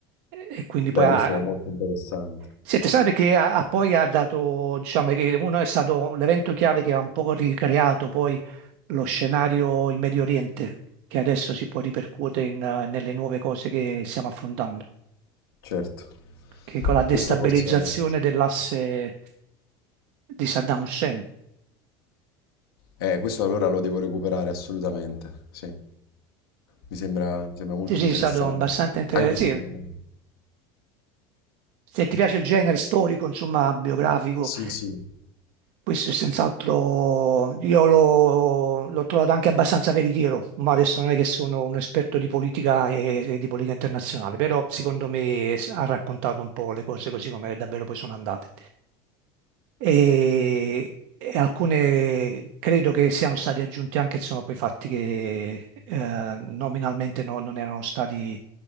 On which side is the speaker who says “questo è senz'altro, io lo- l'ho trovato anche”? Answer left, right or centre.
Right